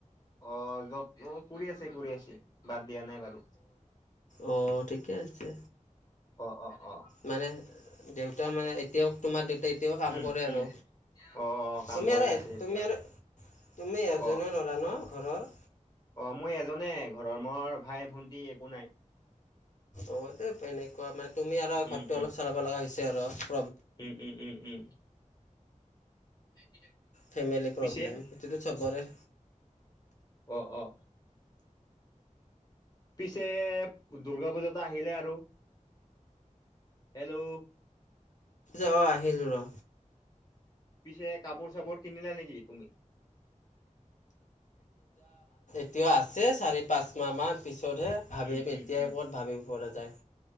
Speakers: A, on the left; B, on the left.
A: অ জব অ কৰি আছে কৰি আছে বাদ দিয়া নাই বাৰু।
B: অ ঠিকেই আছে।
A: অ অ অ।
B: মানে দেউতা মানে এতিয়াওঁ তোমাৰ দেউতা তেতিয়াও কাম
A: উম
B: কৰে আৰু
A: উম অ অ কাম
B: তুমি
A: কৰি
B: আৰু
A: আছে এতিয়া
B: তুমি আৰু তুমি এজনৰ
A: অ
B: ল'ৰা ন। ঘৰৰ
A: অ মই এজনে ঘৰৰ মোৰ ভাই ভন্টী একো নাই।
B: অ দে এনেকুৱা মানে তুমি আৰু ঘৰটো
A: উম উম
B: অলপ চলাব লগা হৈছে। তেৰ
A: উম উম উম উম। <unintelligible>
B: ফেমিলি প্ৰব্লেম
A: পিছে
B: এইটো চবৰে
A: অ অ। পিছে দূৰ্গা পূজাটো আহিলে আৰু। হেল্ল'
B: অ আহিল ৰ।
A: পিছে কাপোৰ চাপোৰ কিনিলা নেকি তুমি?
B: এ আছে চাৰি পাঁচ মাহ মান পিছ ত'তহে ভাবিম
A: উম
B: এতিয়াই
A: উম উম
B: ক'ত ভাবিব পৰা যায়।